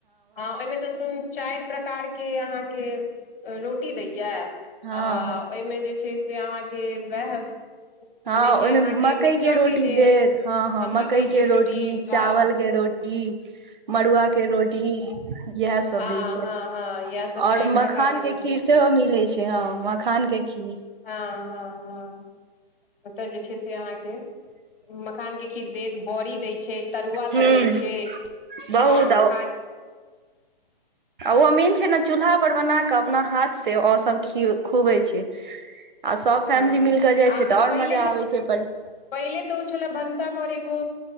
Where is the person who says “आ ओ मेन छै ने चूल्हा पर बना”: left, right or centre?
Right